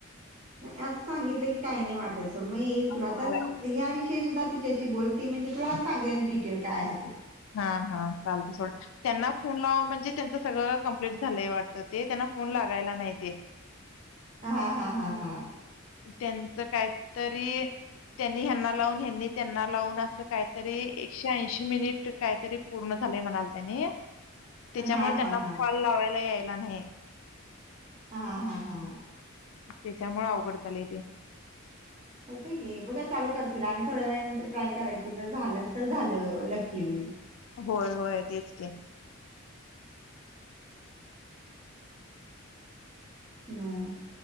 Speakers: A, on the right (about 35°); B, on the left (about 70°).
A: नाही असं सांगितलं की काही नाही वाटाय सर मग येईल तुला
B: होय.
A: तर या विषयी सुद्धा तिच्याशी बोलते म्हणजे तुला सांगेल डिटेल काय आहे ते.
B: हा हा चालते थोड. त्यांना फोन लाव म्हणजे त्यांच सगळं कंप्लीट झालंय वाटतं ते त्यांना फोन लागायला नाही ते.
A: हा हा हा हा...
B: त्यांचं काहीतरी त्यांनी ह्यांना लावून ह्यांनी त्यांना लावून असं काहीतरी एकशे ऐंशी मिनिट काहीतरी पूर्ण झालंय म्हणाल त्यानी त्याच्यामुळे
A: हा
B: त्यान
A: हा हा
B: फोल लावायला यायला नाहि.
A: हा हा हा.
B: त्याच्यामु अवघड चालले ते.
A: होते गे बघा चालू करतील आणि थोड्या वेळ नंतर ट्राय करायचं जर झालंस तर झालं लक्कीनी.
B: होय होय तेच कि.
A: हम्.